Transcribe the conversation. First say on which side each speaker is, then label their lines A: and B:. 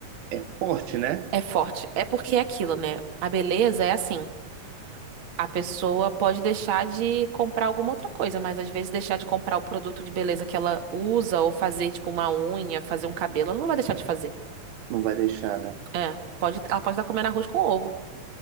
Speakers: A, on the right; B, on the right.
A: é forte, né?
B: é forte. É porque é aquilo, né? A beleza é assim. A pessoa pode deixar de comprar alguma outra coisa, mas às vezes deixar de comprar o produto de beleza que ela usa ou fazer tipo uma unha, fazer um cabelo, ela não vai deixar de fazer.
A: Não vai deixar, né?
B: É, pode, ela pode estar comendo arroz com ovo.